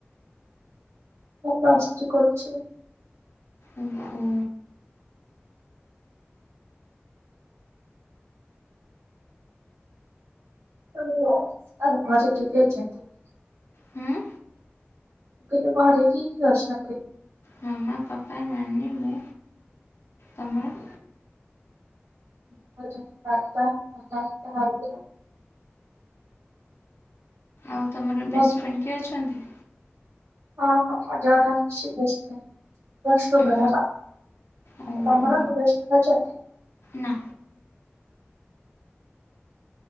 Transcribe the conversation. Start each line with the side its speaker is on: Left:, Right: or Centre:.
Right: ମୁଁ ପ୍ଲସ ଥିରୀ କରୁଛି।
Left: ଓ ହୋ।
Right: <unintelligible> ଆଉ ଘରେ କିଏ କିଏ ଅଛନ୍ତି।
Left: ହୁଁ।
Right: ମୁଁ କହିଲି ଘରେ କିଏ କିଏ ଅଛନ୍ତି।
Left: ମାମା ପାପା ନାନୀ ମୁଁ ତମର।
Right: ଆମର ଅଛନ୍ତି ବାପା ମାମା ଭାଈ ଆ
Left: ଆଉ ତମର
Right: ମୁଁ
Left: ବେଷ୍ଟଫ୍ରେଣ୍ଡ କିଏ ଅଛନ୍ତି।
Right: ହଁ ହ ଜଣେ ଅଛିି ବେଷ୍ଟଫ୍ରେଣ୍ଡ ପ୍ଲସ ଟୁ
Left: ଉଁ,
Right: ବେଳ ର।
Left: ଓହୋ,
Right: ଆଉ ତମର କିଏ ବେଷ୍ଟଫ୍ରେ ଅଛନ୍ତି।
Left: ନା,